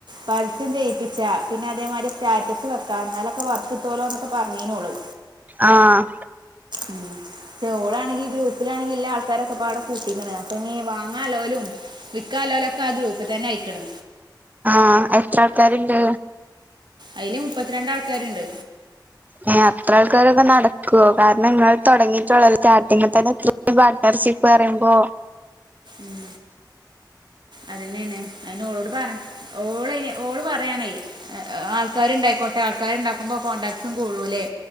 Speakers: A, on the right (about 70°); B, on the right (about 20°).
A: പരസ്യം ചെയ്യിപ്പിച്ചാം പിന്നെ അതേമാതിരി സ്റ്റാറ്റസ് വെക്കാം എന്നാലൊക്കെ വർക്ക്‌ കിട്ടോലോന്നൊക്കെ പറഞ്ഞീനു ഓള്
B: ആഹ്
A: ഉം പക്ഷേ ഓളാണെങ്കിൽ ഗ്രൂപ്പിലാണെങ്കി എല്ലാ ആൾ ക്കാരൊക്കെപാടെ കൂട്ടിക്കണ് അപ്പൊ ഇനി വാങ്ങാൻ ഉള്ളോരും വിക്കാൻ ഉള്ളോരും ഒക്കെ ആ ഗ്രൂപ്പിൽ തന്നെ ആയിക്കണ്
B: ആഹ് എത്ര ആൾക്കാരുണ്ട്
A: അയില് മുപ്പത്തിരണ്ട് ആൾക്കാരുണ്ട്
B: ഏ അത്ര ആൾക്കാരൊക്കെ നടക്കുവോ കാരണം നിങ്ങൾ തുടങ്ങിയിട്ടുള്ള സ്റ്റാർട്ടിങ്ങിൽ തന്നെ തൃ ആൾക്കാര് ചി ഈ പറയുമ്പോ
A: ഉം അതിന് തന്നെ അയിനോളോട് പറ ഓളഅയിന് പറയാണേ ആൾക്കാരുണ്ടായിക്കോട്ടെ ആൾക്കാരുണ്ടാക്കുമ്പോ കോൺടാക്ട്സും കൂടൂല്ലേ